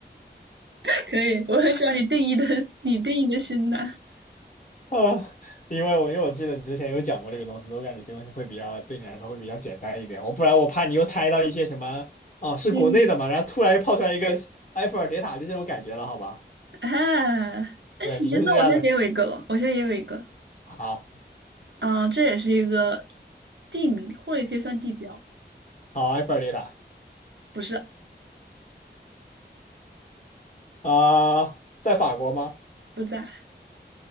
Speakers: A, on the right (about 80°); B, on the left (about 45°).
A: <laughs> 可以，我很喜欢你定义的，你定义的西南。
B: 啊？因为我因为我记得你之前有讲过这个东西，我感觉这个东西会比较对你来说会比较简单一点，我不然我怕你又猜到一些什么哦是国内的嘛，
A: 嗯，
B: 然后突然又跑出来一个埃菲尔铁塔，就这种感觉了，好吧？
A: <laughs> 啊，那行，
B: 对你就是这样的，
A: 那我现在也有一个了，我现在也有一个，
B: 好
A: 啊、这也是一个地名，或者也可以算地标。
B: 好埃菲尔铁塔
A: 不是，
B: 啊、在法国吗？
A: 不在，